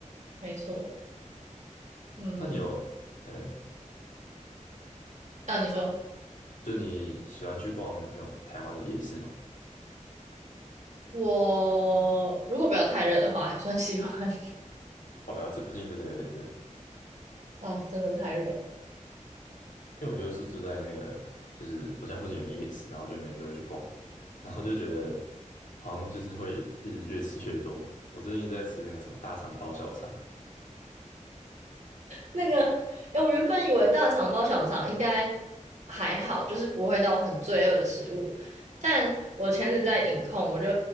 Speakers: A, on the right; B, on the left.
A: 没错。嗯，
B: 那你有，嗯，
A: 那、你说
B: 就你喜欢去逛那种台湾的夜市吗？
A: 我如果不要太热的话，还算喜欢。
B: 哦，对啊，最近真的有点热，因
A: <laughs> 哦，真的太热了。
B: 为我就是住在那个，就是我家附近有一个夜市，然后就每天都会去逛，然后就觉得好像就是会一直越吃越多。我最近一直在吃那个什么大肠包小肠，
A: 那个，哎，我原本以为大肠包小肠应该还好，就是不会到很罪恶的食物。但我前阵子在饮控，我就